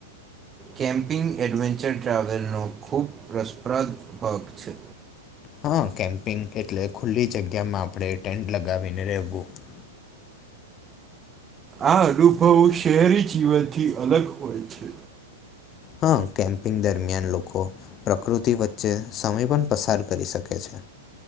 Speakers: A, on the right; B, on the left.
A: કેમ્પિંગ એડવેન્ચર ટ્રાવેલનો ખૂબ રસપ્રદ ભગ છે.
B: હા, કેમ્પિંગ એટલે ખુલ્લી જગ્યામાં આપણે ટેન્ટ લગાવીને રહેવું.
A: આ અનુભવો શહેરી જીવનથી અલગ હોય છે.
B: હા, કેમ્પિંગ દરમિયાન લોકો પ્રકૃતિ વચ્ચે સમય પણ પસાર કરી શકે છે.